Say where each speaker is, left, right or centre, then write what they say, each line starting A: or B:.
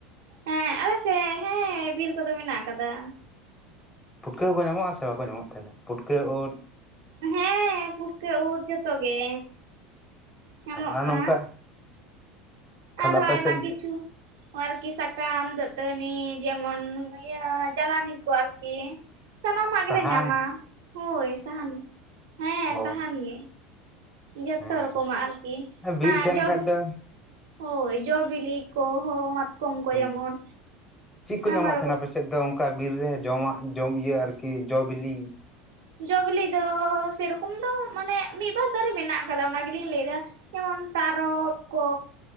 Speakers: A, on the right; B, on the left.
A: ᱦᱮᱸ ᱟᱞ ᱥᱮᱜ ᱦᱮᱸ ᱵᱤᱨ ᱠᱚ ᱫᱚ ᱢᱮᱱᱟᱜ ᱟᱠᱟᱫᱟ᱾
B: ᱯᱷᱩᱴᱠᱟᱹ ᱦᱚᱸ ᱠᱚ ᱧᱟᱢᱚᱜ-ᱟ ᱥᱮ ᱵᱟᱠᱚ ᱧᱟᱢᱚᱜ ᱛᱟᱦᱮᱱᱟ ᱯᱩᱴᱠᱟᱹ ᱳᱸᱫ?
A: ᱦᱮᱸ ᱯᱷᱩᱴᱠᱟᱹ ᱩᱫ ᱡᱚᱛᱚ ᱜᱮ᱾ ᱧᱟᱢᱚᱜᱼᱟ᱾
B: ᱚᱸ ᱱᱚᱝᱠᱟ ᱛᱟᱦᱚᱞᱮ
A: ᱟᱨᱦᱚᱸ
B: ᱟᱯᱮ
A: ᱟᱭᱢᱟ
B: ᱥᱮᱫ
A: ᱠᱤᱪᱷᱩ ᱚ ᱟᱨᱠᱤ ᱥᱟᱠᱟᱢ ᱫᱟᱹᱛᱟᱹᱱᱤ ᱡᱮᱢᱚᱱ ᱤᱭᱟᱹ ᱡᱟᱞᱟᱱᱤ ᱠᱚ ᱟᱨᱠᱤ᱾ ᱥᱟᱱᱟᱢᱟᱜ ᱜᱮ
B: ᱥᱟᱦᱟᱱ
A: ᱞᱮ ᱧᱟᱢᱟ ᱦᱳᱭ ᱥᱟᱦᱟᱱ ᱦᱮᱸ
B: ᱚ
A: ᱥᱟᱦᱟᱱ ᱜᱮ᱾ ᱡᱚᱛᱛᱚ
B: ᱦᱮᱸ
A: ᱨᱚᱠᱚ ᱢᱟᱸᱜ ᱟᱨᱠᱤ
B: ᱵᱤᱨ
A: ᱟᱸ
B: ᱛᱟᱦᱮᱱ
A: ᱡᱚ
B: ᱠᱷᱟᱡ
A: ᱵᱤ
B: ᱫᱚ
A: ᱦᱳᱭ ᱡᱚ-ᱵᱤᱞᱤ ᱠᱚ ᱦᱚᱸ ᱢᱟᱛᱠᱚᱢ ᱠᱚ
B: ᱦᱩᱸ
A: ᱡᱮᱢᱚᱱ
B: ᱪᱮᱫ ᱠᱚ
A: ᱟᱭᱢᱟ
B: ᱧᱟᱢᱚᱜ
A: ᱨᱚ
B: ᱛᱟᱦᱮᱱᱟ ᱫᱚ ᱚᱝᱠᱟ ᱵᱤᱨ ᱨᱮ ᱡᱚᱢᱟᱜ ᱡᱚᱢ ᱤᱭᱟᱹ ᱟᱨᱠᱤ ᱡᱚ-ᱵᱤᱞᱤ
A: ᱡᱚ-ᱵᱤᱞᱤ ᱫᱚ ᱥᱮᱨᱚᱠᱚᱢ ᱫᱚ ᱢᱟᱱᱮ ᱢᱤᱜ-ᱵᱟᱨ ᱫᱟᱨᱮ ᱢᱮᱱᱟᱜ ᱟᱠᱟᱫᱟ ᱚᱱᱟ ᱜᱮᱞᱤᱧ ᱞᱟᱹᱭᱫᱟ᱾ ᱡᱮᱢᱚᱱ ᱛᱟᱨᱚᱵ ᱠᱚ